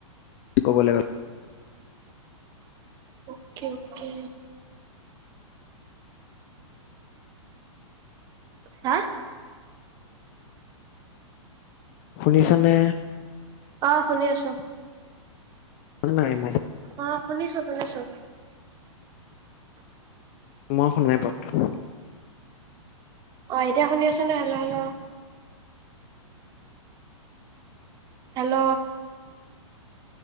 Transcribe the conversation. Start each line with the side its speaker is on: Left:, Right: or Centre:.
Left: ক'বলৈ গ
Right: অকে, অকে হা
Left: শুনিছা নে?
Right: অ', শুনি আছোঁ।
Left: <unintelligible>
Right: অ', শুনিছোঁ, শুনিছোঁ।
Left: মই শুনাই <unintelligible>
Right: অ', এতিয়া শুনি আছোন ন, হেল্ল, হেল্ল হেল্ল